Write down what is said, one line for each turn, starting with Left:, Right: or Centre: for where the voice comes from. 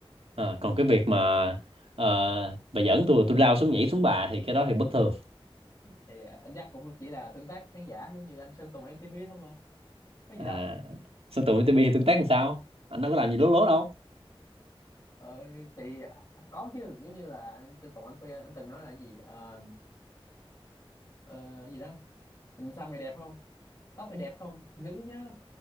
Right: Ờ, còn cái việc mà uh, bà giỡn tôi tôi lao xuống nhảy xuống bà thì cái đó thì bất thường
Left: thì ờ, anh Jack cũng chỉ là tương tác khán giả giống như anh Sơn Tùng MTP thôi mà có gì
Right: à,
Left: đâu
Right: sân tụi MTP thì tương tác làm sao anh đâu có làm gì lố lố đâu
Left: ờ, thì à, có chứ giống như là anh Sơn Tùng anh Phi anh anh từng nói là gì ờ, ờ, gì đó anh xăm mày đẹp không tóc mày đẹp không giữ nhá